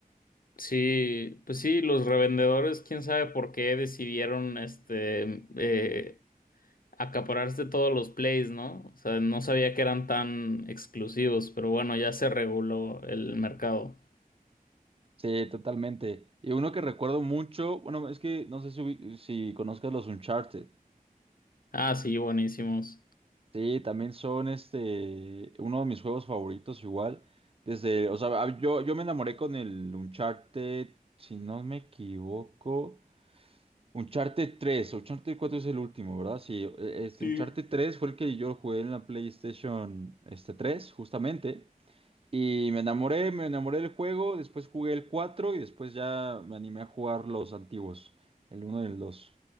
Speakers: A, on the left; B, on the right.
A: Sí, pues sí, los revendedores, quién sabe por qué decidieron este eh, acapararse todos los Plays, ¿no? O sea, no sabía que eran tan exclusivos, pero bueno, ya se reguló el mercado.
B: Sí, totalmente. Y uno que recuerdo mucho, bueno, es que no sé si, ubi- si conozcas los Uncharted.
A: Ah, sí, buenísimos.
B: Sí, también son este, uno de mis juegos favoritos igual. Desde, o sea, a- yo, yo me enamoré con el Uncharted, si no me equivoco, Uncharted tres, Uncharted cuatro es el último, ¿verdad? Sí, e- este,
A: Sí.
B: Uncharted tres fue el que yo jugué en la PlayStation este, 3, justamente. Y me enamoré, me enamoré del juego, después jugué el 4 y después ya me animé a jugar los antiguos, el uno y el dos